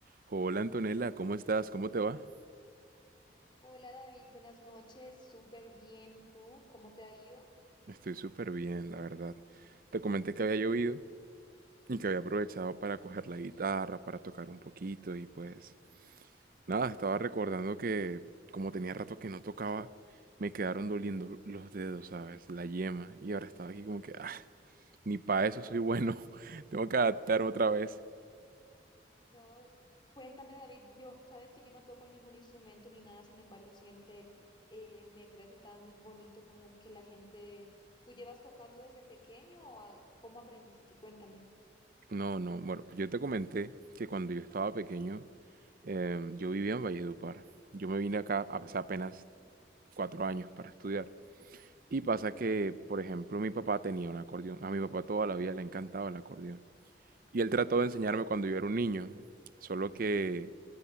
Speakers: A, on the right (about 50°); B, on the left (about 25°).
A: Hola Antonella, ¿cómo estás? ¿Cómo te va?
B: Hola David, buenas noches, súper bien. ¿Y tú? ¿Cómo te ha ido?
A: Estoy súper bien, la verdad. Te comenté que había llovido y que había aprovechado para coger la guitarra, para tocar un poquito y pues nada, estaba recordando que como tenía rato que no tocaba, me quedaron doliendo los dedos, ¿sabes? La yema. Y ahora estaba aquí como que, ah, ni para eso soy bueno, <laughs> tengo que adaptarme otra vez.
B: No, cuéntame David, yo sabes que yo no toco ningún instrumento ni nada, sin embargo siempre eh, me parece tan bonito como que la gente, ¿tú llevas tocando desde pequeño o a- cómo aprendiste? Cuéntame.
A: No, no, bueno, pues yo te comenté que cuando yo estaba pequeño, em, yo vivía en Valledupar. Yo me vine acá
B: Sí,
A: hace apenas cuatro años para estudiar. Y pasa que, por ejemplo, mi papá tenía un acordeón. A mi papá toda la vida le encantaba el acordeón. Y él trató de enseñarme cuando yo era un niño. Solo que,